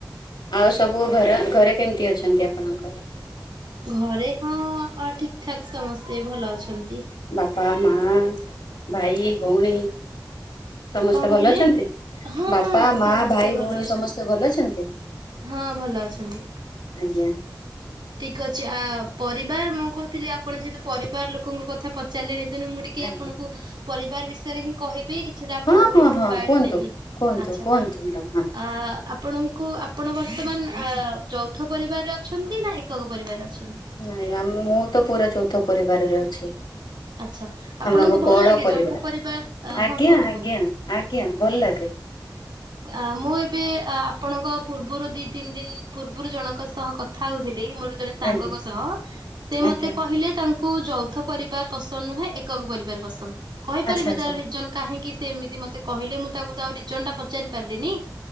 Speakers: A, on the left; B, on the right.
A: ଆଉ ସବୁ ଘର ଘରେ କେମିତି ଅଛନ୍ତି ଆପଣଙ୍କର?
B: ଘରେ ହଁ ଠିକ୍ ଠାକ୍ ସମସ୍ତେ ଭଲ ଅଛନ୍ତି।
A: ବାପା ମା ଭାଇ ଭଉଣୀ ସମସ୍ତେ
B: କଣ କହିଲେ?
A: ଭଲ ଅଛନ୍ତି।
B: ହଁ
A: ବାପା
B: ହଁ
A: ମା
B: ସମସ୍ତେ
A: ଭାଇ
B: ଭଲ
A: ଭଉଣୀ
B: ଅଛନ୍ତି।
A: ସମସ୍ତେ ଭଲ ଅଛନ୍ତି।
B: ହଁ ଭଲ ଅଛନ୍ତି।
A: ଆଜ୍ଞା।
B: ଠିକ ଅଛି ଆ ପରିବାର ମୁଁ କହୁଥିଲି ଆପଣ ଯେହେତୁ ପରିବାର ଲୋକଙ୍କ କଥା ପଚ ଚାଲେଣି ତେନୁ ମୁଁ ଟିକେ
A: ଆଜ୍ଞା
B: ଆପଣଙ୍କୁ ପରିବାର ବିଷୟରେ ହିଁ କହିବି କିଛିଟା ଆପଣଙ୍କଠୁ
A: ହଁ ହଁ ହଁ
B: ବାଇକ୍
A: କୁହନ୍ତୁ
B: ନେବି
A: କୁହନ୍ତୁ
B: ଆଚ୍ଛା
A: କୁହନ୍ତୁ ମ୍ୟାଡ଼ାମ ହଁ।
B: ଆ ଆପଣଙ୍କୁ ଆପଣ ବର୍ତ୍ତମାନ ଯୌଥ ପରିବାରରେ ଅଛନ୍ତି। ନା ଏକକ ପରିବାର ଅଛନ୍ତି।
A: ନାଇଁ ବା ମୁଁ ତ ପୁରା ଚଉନ୍ଧ ପରିବାରରେ ଅଛି।
B: ଆଚ୍ଛା ଆପଣଙ୍କୁ
A: ଆମଙ୍କ
B: ଭଲ
A: ବଡ
B: ଲାଗେ
A: ପରିବାର
B: ଯୌଥ ପରିବାର
A: ଆଜ୍ଞା
B: ହଁ କୁହନ୍ତୁ
A: ଆଜ୍ଞା ଆଜ୍ଞା ଭଲ ଲାଗେ।
B: ହ ଅ ମୁଁ ଏବେ ଆପଣଙ୍କ ପୂର୍ବରୁ ଦି ତିନି ଦିନ ପୂର୍ବରୁ ଜଣଙ୍କ ସହ କଥା ହଉଥିଲି ମୋର ଜଣେ ସାଙ୍ଗଙ୍କ
A: ଆଜ୍ଞା
B: ସହ ସେ ମତେ
A: ଆଜ୍ଞା
B: କହିଲେ ତାଙ୍କୁ ଯୌଥ ପରିବାର ପସନ୍ଦ ନୁହେଁ ଏକକ ପରିବାର ପସନ୍ଦ। କହିପାରିବି
A: ଆଚ୍ଛା ଆଚ୍ଛା
B: ତାର ରିଜ କାହିଁକି ସେ ଏମିତି ମତେ କହିଲ ମୁଁ ତାଙ୍କୁ ଆଉ ରିଜନଟା ପଚାରି ପାରିଲିିନି।